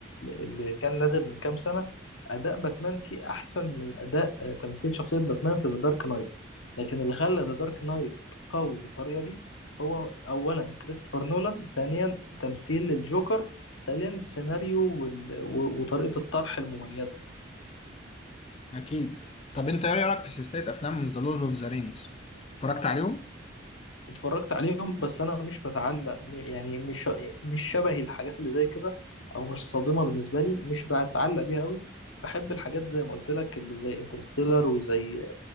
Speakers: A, on the left (about 85°); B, on the left (about 30°).
A: اللي كان نازل من كام سنة اداء باتمان فيه احسن من اداء آه، تمثيل شخصيه باتمان في ذا دارك نايت لكن اللي خلى ذا دارك نايت قوي بالطريقه دي هو اولا كريستوفر نولان ثانيا تمثيل الجوكر ثالثا السيناريو وال... و- وطريقه الطرح المميزه
B: اكيد طب انت ايه رايك في سلسله افلام ذا لورد اوف ذا رينجز اتفرجت عليهم
A: اتفرجت عليهم بس انا مش بتعلق م- يعني مش مش شبهي الحاجات اللي زي كده او مش صادمه بالنسبه لي مش بتعلق بيها قوي بحب الحاجات زي ما قلت لك اللي زي انترستيلر وزي